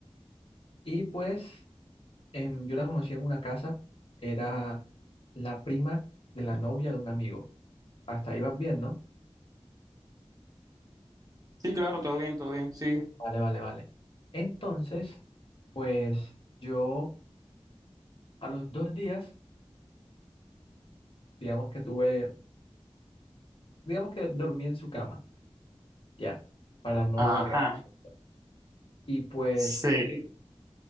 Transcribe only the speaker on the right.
Sí, claro, todo bien, todo bien, sí.
Ajá,
sí.